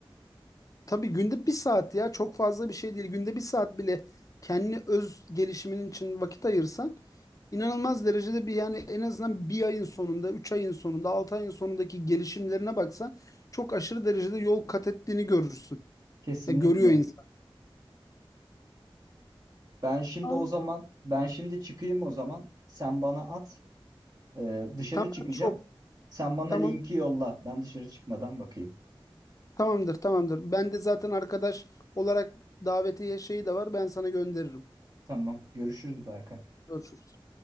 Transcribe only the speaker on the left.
Tabii günde bir saat ya çok fazla bir şey değil. Günde bir saat bile kendi öz gelişimin için vakit ayırsan inanılmaz derecede bir yani en azından bir ayın sonunda, üç ayın sonunda, altı ayın sonundaki gelişimlerine baksan çok aşırı derecede yol kat ettiğini görürsün.
E, görüyor insan.
Tamam.
Tamam
çok.
Tamam.
Tamamdır, tamamdır. Ben de zaten arkadaş olarak davetiye şeyi de var. Ben sana gönderirim.
Görüşürüz.